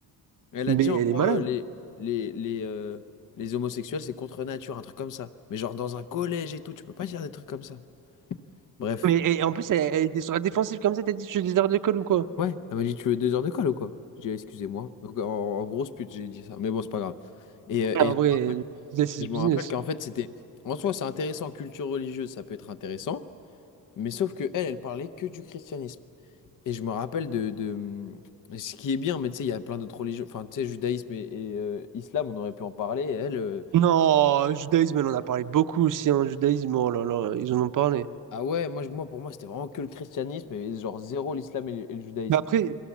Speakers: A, on the left; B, on the right.
A: Elle
B: Mais
A: a dit, en
B: elle
A: gros,
B: est malade.
A: euh, les, les, les, euh, les homosexuels c'est contre nature, un truc comme ça. Mais genre, dans un collège et tout, tu peux pas dire des trucs comme ça. Bref.
B: Mais et en plus, elle, elle était sur la défensive comme ça, t'as dit, tu es leader d'école ou quoi?
A: Ouais, elle m'a dit, tu veux deux heures de colle ou quoi? J'ai dit, excusez-moi. Donc, en, en grosse pute, j'ai dit ça. Mais bon, c'est pas grave. Et, euh,
B: Ah,
A: et
B: En
A: je
B: vrai,
A: me rappelle,
B: Judas is
A: je me
B: business.
A: rappelle qu'en fait, c'était. En soi, c'est intéressant, culture religieuse, ça peut être intéressant. Mais sauf que elle, elle parlait que du christianisme. Et je me rappelle de, de, hum, ce qui est bien, mais tu sais, il y a plein d'autres religions. Enfin, tu sais, judaïsme et, et, euh, islam, on aurait pu en parler. Et elle, euh,
B: Non, judaïsme, elle en a parlé beaucoup aussi, hein, judaïsme, oh là là, ils en ont parlé.
A: ah ouais, moi, je- moi, pour moi, c'était vraiment que le christianisme et genre zéro l'islam et, le et le judaïsme.
B: Mais après,